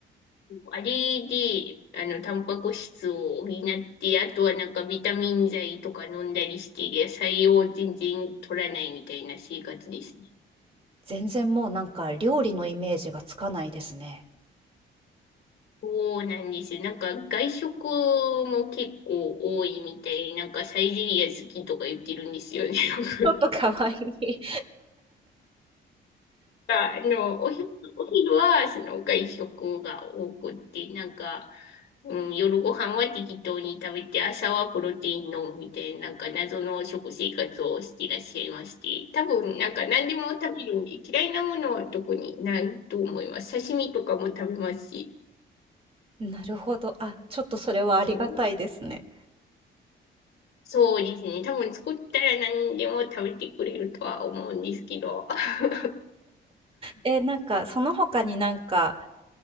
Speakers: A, on the left (about 60°); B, on the right (about 30°).
A: あれで、あの、タンパク質を補って、あとはなんかビタミン剤とか飲んだりして、野菜を全然取らないみたいな生活ですね。
B: 全然もうなんか料理のイメージがつかないですね。
A: そうなんですよ。なんか外食も結構多いみたい。なんかサイゼリア好きとか言ってるんですよね、<laughs> よく。
B: ちょっと可愛い。
A: あの、お昼、お昼はその外食が多くって、なんか、うん、夜ご飯は適当に食べて、朝はプロテイン飲むみたいな、なんか謎の食生活をしていらっしゃいまして、多分なんか何でも食べるんで、嫌いなものは特にないと思います。刺身とかも食べますし。
B: なるほど。あ、ちょっとそれはありがたいですね。
A: そう。そうですね。多分作ったら何でも食べてくれるとは思うんですけど。<laughs>
B: え、なんか、その他になんか、